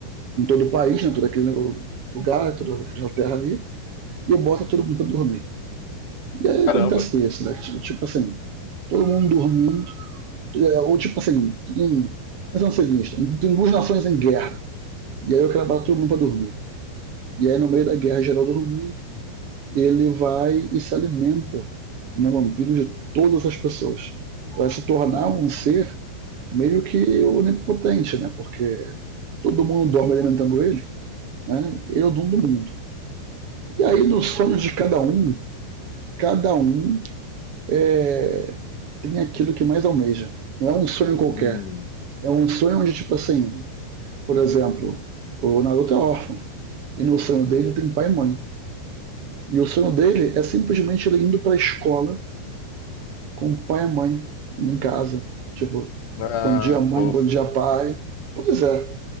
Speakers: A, on the right (about 50°); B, on the left (about 65°).
A: em todo o país, em todo aquele lugar, toda aquela terra ali, e bota todo mundo para dormir. E aí
B: caramba.
A: acontece isso, né? Tipo, tipo assim, todo mundo dormindo, ou tipo assim, em, mas não sei seguinte, tem duas nações em guerra, e aí eu quero botar todo mundo para dormir. E aí no meio da guerra geral dormindo, ele vai e se alimenta como um vampiro de todas as pessoas. Vai se tornar
B: Nossa.
A: um ser meio que onipotente, né? Porque todo mundo dorme alimentando ele, né? Ele é o dono do mundo. E aí, nos sonhos de cada um, cada um é... tem aquilo que mais almeja. Não é um sonho qualquer.
B: Hum.
A: É um sonho onde, tipo assim, por exemplo, o Naruto é órfão. E no sonho dele tem pai e mãe. E o sonho dele é simplesmente ele indo para a escola com o pai e a mãe em casa. Tipo,
B: Ah,
A: bom dia mãe,
B: que fofo.
A: bom dia pai. Pois é.